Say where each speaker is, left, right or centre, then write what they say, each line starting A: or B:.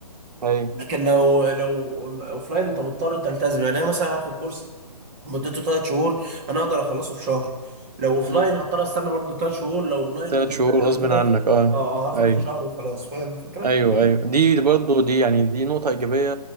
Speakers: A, on the right (about 75°); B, on the right (about 20°).
A: ايوه
B: لكن لو لو اوفلاين انت مضطر تلتزم يعني انا مثلا هاخد كورس مدته 3 شهور انا اقدر اخلصه في شهر لو اوفلاين
A: امم
B: هضطر استنى برضو 3 شهور لو اونلاين
A: ثلاث
B: ومذاكر
A: شهور غصب
B: وكده
A: عنك اه
B: اه آه، هاخد
A: ايوه
B: الشهر وخلاص فاهم الفكره؟
A: ايوه ايوه دي برضه دي يعني دي نقطة إيجابية